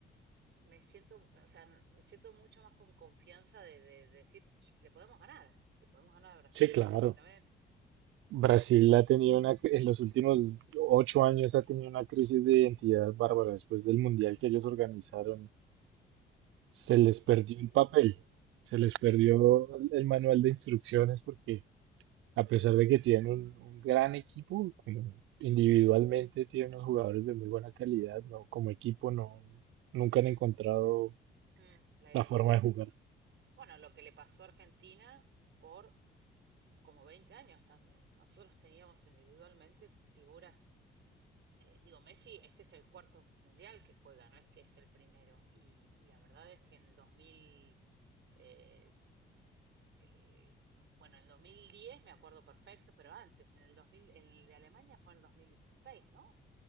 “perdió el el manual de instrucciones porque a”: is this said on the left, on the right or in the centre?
Right